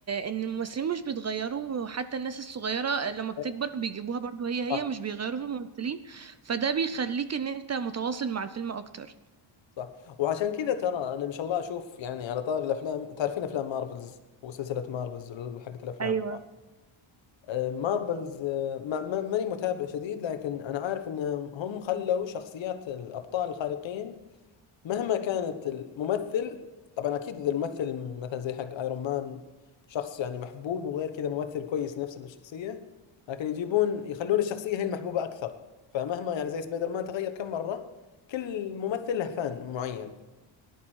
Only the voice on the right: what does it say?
ان الممثلين مش بيتغيروا وحتى الناس الصغيرة لما بتكبر
بيجيبوها برضو هي هي
مش بيغيروا في الممثلين فده بيخليك ان انت متواصل مع الفيلم اكتر
ايوه